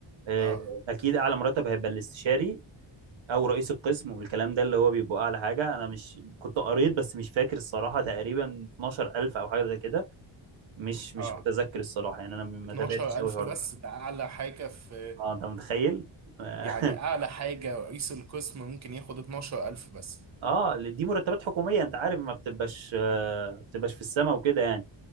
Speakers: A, on the right; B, on the right.
A: آه،
B: اه
A: اكيد اعلى مرتب هيبقى الاستشاري او رئيس القسم والكلام ده اللي هو بيبقى اعلى حاجه انا مش كنت قريت بس مش فاكر الصراحه تقريبا 12000 او حاجه زي كده مش مش
B: اه
A: متذكر الصراحه يعني انا ما
B: 12000
A: تابعتش قوي الحوار
B: بس
A: ده
B: ده أعلى حاجة في
A: اه انت متخيل <laughs>
B: يعني أعلى حاجة رئيس القسم ممكن ياخد 12000 بس
A: اه دي مرتبات حكوميه انت عارف ما بتبقاش آه،
B: مم.
A: ما بتبقاش في السماء وكده يعني